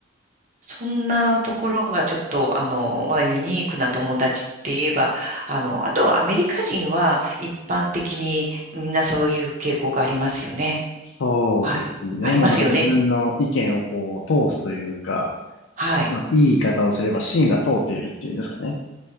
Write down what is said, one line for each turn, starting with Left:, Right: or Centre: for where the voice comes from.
Right: そんなところがちょっと、あの、まあ、ユニークな友達って言えば、あの、あとはアメリカ人は一般的にみんなそういう傾向がありますよね。
Left: そうですね。
Right: はい。ありますよね。
Left: もうなんか自分の意見をこう通すというか、
Right: はい。
Left: まあいい言い方をすれば芯が通っているっていうんですかね。